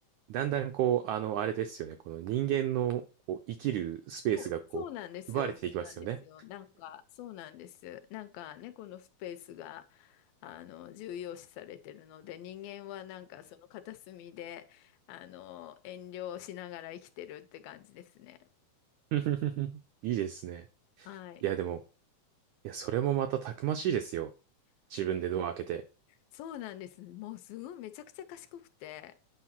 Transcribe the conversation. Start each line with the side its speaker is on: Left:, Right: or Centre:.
Right: だんだんこう、あの、あれですよね。この人間のこう生きるスペースがこう、
Left: そう、そうなんですよ。
Right: 奪われていきますよね。
Left: そうなんですよ。なんか、そうなんです。なんか猫のスペースが、あの、重要視されてるので、人間はなんかその片隅で、あの、遠慮しながら生きてるって感じですね。
Right: <laughs> いいですね。
Left: はい。
Right: いや、でも、いや、それもまたたくましいですよ。自分でドア開けて。
Left: そうなんです。もうすごいめちゃくちゃ賢くて、